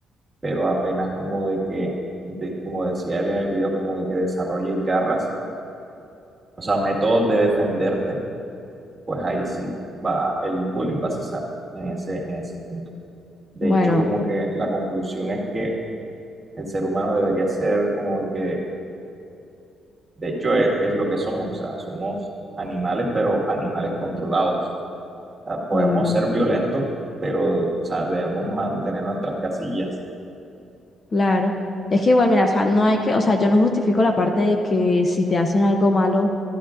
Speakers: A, on the right (about 25°); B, on the left (about 35°).
A: pero apenas como de que, de- como decía él en el video, como de que desarrolles garras, o sea, métodos de defenderte pues ahí sí va, el bullying va a cesar en ese, en ese punto. De
B: Bueno,
A: hecho, como que la conclusión es que el ser humano debería ser como que, de hecho, es, es lo que somos, o sea, somos animales, pero animales controlados. O sea, podemos
B: claro,
A: ser violentos, pero, o sea, debemos mantener nuestras casillas.
B: claro. Es que igual, mira, o sea, no hay que, o sea, yo no justifico la parte de que si te hacen algo malo,